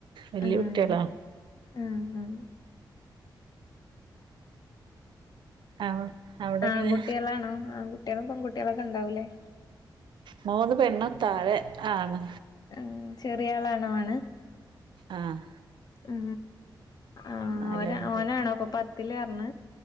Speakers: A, on the right; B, on the left.
A: വലിയ
B: ആഹ്
A: കുട്ടികളാ
B: ആഹ് ആഹ്
A: അവ അവിടെ
B: ആ
A: എങ്ങനെ
B: ആൺകുട്ടികളാണോ ആൺകുട്ടികളും പെൺകുട്ടികളൊക്കെ ഉണ്ടാവൂലേ?
A: മൂന്ന് പെണ്ണ താഴെ ആണ്.
B: ഉ ചെറിയളാണോ ആണ്?
A: ആഹ്
B: ഉ ആ
A: നാലാമതായിട്ട്
B: ഓന ഓനാണോപ്പൊ പത്തില് പറഞ്ഞ?